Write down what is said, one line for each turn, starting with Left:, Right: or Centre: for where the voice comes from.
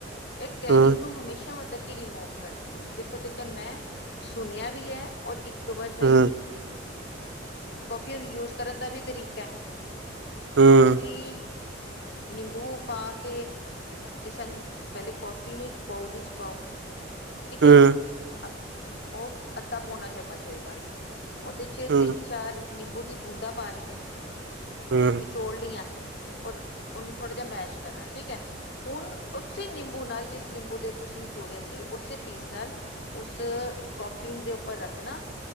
Left: ਇਹ ਟੈਨਿੰਗ
Right: ਹੂੰ
Left: ਨੂੰ ਹਮੇਸ਼ਾ ਮਤਲਬ ਕੀ ਰਿਮੂਵ ਕਰਦੀ ਹੈ। ਜਿ ਇਥੋਂ ਤੱਕਰ ਮੈਂ ਸੁਣਿਆ ਵੀ ਹੈ, ਔਰ ਇੱਕ ਤੋਂ ਵੱਧ ਮੈਂ
Right: ਹੂੰ
Left: ਯੂਜ ਵੀ ਕੀਤੀ। ਕੌਫੀ ਹੁਣ ਯੂਜ ਕਰਨ ਦਾ ਵੀ ਤਰੀਕਾ ਏ
Right: ਹੂੰ
Left: ਕਾਫੀ ਨਿੰਬੂ ਪਾ ਕੇ। ਜੇ ਸਾਨੂੰ ਪਹਿਲੇ ਕੌਫੀ ਨੂੰ ਇੱਕ ਬਾਊਲ ਵਿੱਚ ਪਾਓ। ਠੀਕ
Right: ਹੂੰ
Left: ਹੈ, ਹ ਉਹ ਅੱਧਾ ਪੌਨਾ ਚੱਮਚ ਹੋਏ ਬਸ। ਉਹਦੇ ਚ
Right: ਹੂੰ
Left: ਤਿੰਨ ਚਾਰ ਨਿੰਬੂ ਦੀ ਬੂੰਦਾ ਪਾ ਲਈਆਂ
Right: ਹੂੰ
Left: ਨਿਚੋੜ ਲਈਆਂ। ਔਰ ਉਹਨੂੰ ਥੋੜਾ ਜਿਹਾ ਮੈਸ਼ ਕਰਨਾ ਠੀਕ ਹੈ। ਹੁਣ ਉਸੇ ਨਿੰਬੂ ਨਾਲ ਜਿਸ ਨਿੰਬੂ ਦੇ। ਤੁਸੀਂ ਨਿਚੋੜਿਆ ਸੀ, ਉਸੇ ਪੀਸ ਨਾਲ ਉਸ ਕੋਫੀੱਨ ਦੇ ਉੱਪਰ ਰੱਖਣਾ